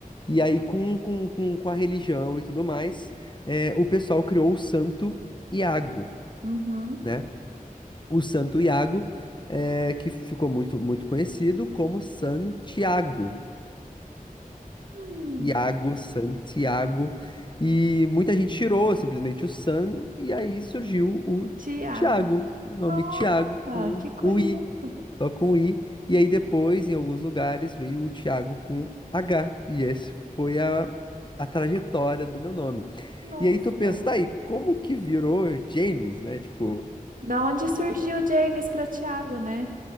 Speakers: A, on the left (about 30°); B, on the right (about 70°).
A: e aí com, com, com, com a religião e tudo mais, é, o pessoal criou o Santo Iago,
B: Uhum.
A: né? O Santo Iago, é, que ficou muito, muito conhecido como Santiago.
B: Hum,
A: Iago, Santiago, e muita gente tirou simplesmente o San, e aí surgiu o
B: Tiago.
A: Tiago, o nome
B: Nossa,
A: Tiago com
B: que curioso.
A: o I, só com o I, e aí depois, em alguns lugares, veio o Tiago com H, e esse foi a, a trajetória do meu nome.
B: Nossa.
A: E aí tu pensa, tá aí, como que virou James, né? Tipo,
B: Da onde surgiu James para Tiago, né?